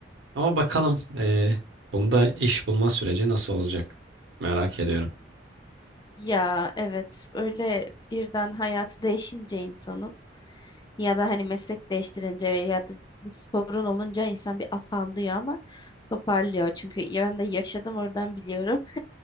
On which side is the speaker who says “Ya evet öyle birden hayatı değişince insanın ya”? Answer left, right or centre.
Left